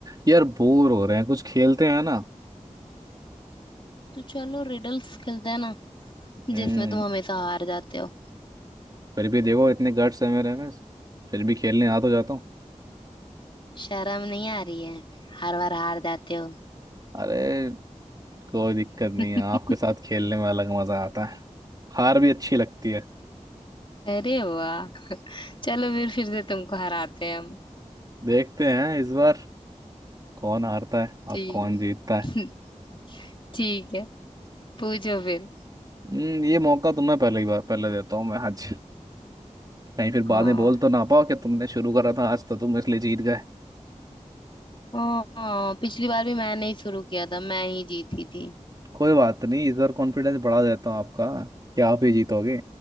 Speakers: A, on the right; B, on the left.
A: यार बोर हो रहे हैं कुछ खेलते हैं ना
B: तो चलो रिडल्स खेलते हैं ना
A: हम्म
B: जिसमें तुम हमेशा हार जाते हो
A: फिर भी देखो इतने गट्स है मेरे में फिर भी खेलने आ तो जाता हूँ
B: शर्म नहीं आ रही है हर बार हार जाते हो
A: अरे कोई दिक्कत
B: <laughs>
A: नहीं है आपके साथ खेलने में अलग मजा आता है हार भी अच्छी लगती है
B: अरे वाह चलो फिर फिर से तुमको हराते हैं हम
A: देखते हैं इस बार कौन हारता है और
B: ठीक
A: कौन जीतता है
B: <laughs> ठीक है पूछो फिर
A: हम्म ये मौका तुम्हें पहले ही बार पहले देता हूँ मैं आज कहीं फिर बाद
B: हाँ
A: में बोल तो ना पाओ कि तुमने शुरू करा था आज तो तुम इसलिए जीत गए
B: हाँ पिछली बार भी मैंने ही शुरू किया था मैं ही जीती थी
A: कोई बात नहीं इस बार कॉन्फिडेंस बढ़ा देता हूँ आपका कि आप ही जीतोगे